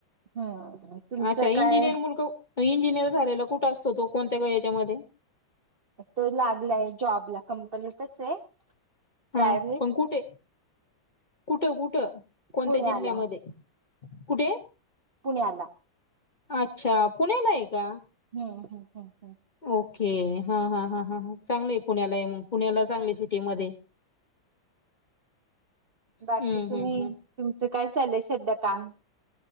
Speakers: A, on the right; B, on the left.
A: हम्म तुमचं
B: अच्छा
A: काय
B: इंजिनियर मुलगा इंजिनिअर झालेला कुठं असतो तो कोणत्या ग याच्यामध्ये
A: तो लागलाय जॉब ला कंपनीतच आहे
B: हा
A: प्रायव्हेट
B: पंकुटे कुठ कुठ कूठ कोणत्या
A: पुण्याला
B: जिल्ह्यामध्ये कुठे
A: पुण्याला
B: अच्छा पुण्याला आहे का
A: हम्म हम्म हम्म हम्म
B: ओके हा ह ह ह चांगलं आहे पुण्याला पुण्याला चांगले सिटी मध्ये
A: बाकी
B: हम्म
A: तुम्ही
B: हम्म हम्
A: तुमचं काय चाललय सध्या काम